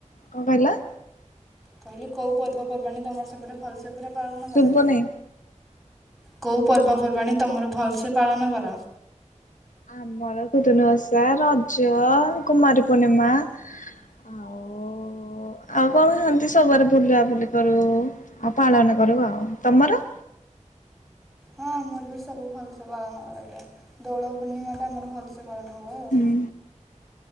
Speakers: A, on the left; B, in the centre.
A: କଣ କହିଲ?
B: କହିଲି କୋଉ ପର୍ବପର୍ବାଣି ତମର ସେପଟେ ଭଲସେ ପୁରା ପାଳନ
A: ଶୁଭୁନି।
B: କର? କୋଉ ପର୍ବପର୍ବାଣି ତମର ଭଲସେ ପାଳନ କର?
A: ଆମର ଖୁଦୁନୁ ଓଷା ରଜ କୁମାରୀ ପୂର୍ଣ୍ଣିମା ଆଉ ଓ- ଆଉ କଣ <unintelligible> ତାପରେ ବୁଲାବୁଲି କରୁ ଆଉ ପାଳନ କରୁ ଆଉ ତମର?
B: ହଁ ଆମର ବି ସବୁ ଭଲସେ ପାଳନ କରାଯାଏ। ଦୋଳ ପୂର୍ଣ୍ଣିମାଟା ଆମର ଭଲସେ ପାଳନ ହୁଏ ଆଉ।
A: ହୁଁ।